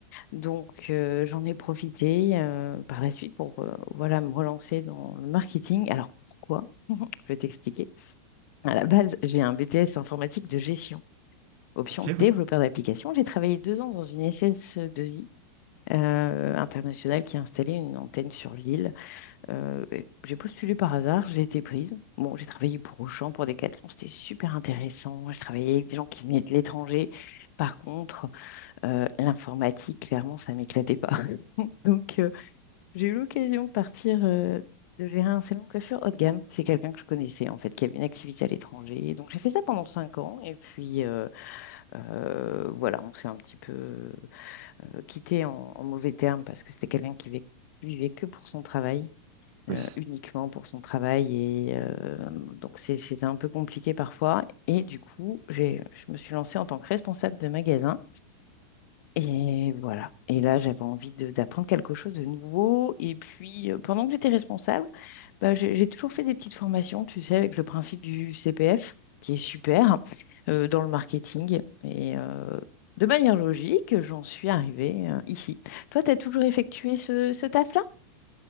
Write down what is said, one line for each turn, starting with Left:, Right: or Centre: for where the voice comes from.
Left: Donc, euh, j'en ai profité euh, par la suite pour euh, voilà, me relancer dans le marketing. Alors, pourquoi? <laughs> Je vais t'expliquer. À la base, j'ai un BTS informatique de gestion, option
Right: Ok,
Left: développeur
Right: oui.
Left: d'application. J'ai travaillé deux ans dans une SS2I euh, internationale qui a installé une antenne sur l'île. Euh, et j'ai postulé par hasard, j'ai été prise. Bon, j'ai travaillé pour Auchan, pour Decathlon, c'était super intéressant. Je travaillais avec des gens qui venaient de l'étranger. Par contre, euh, l'informatique, clairement, ça m'éclatait pas. <laughs> Donc, euh, j'ai eu l'occasion de partir, euh, de gérer un salon de coiffure haut de gamme. C'est quelqu'un que je connaissais, en fait, qui avait une activité à l'étranger. Donc, j'ai fait ça pendant cinq ans. Et puis, euh, euh, voilà, on s'est un petit peu euh, quitté en, en mauvais termes parce que c'était quelqu'un qui vivait vivait que pour son travail euh,
Right: Oui.
Left: uniquement pour son travail. Et euh, donc, c'est- c'était un peu compliqué parfois. Et du coup, j'ai, je me suis lancée en tant que responsable de magasin. Et voilà. Et là, j'avais envie de- d'apprendre quelque chose de nouveau. Et puis, euh, pendant que j'étais responsable, bah, j'ai j'ai toujours fait des petites formations, tu sais, avec le principe du CPF, qui est super, euh, dans le marketing. Et euh, de manière logique, j'en suis arrivée euh, ici. Toi, tu as toujours effectué ce, ce taf-là?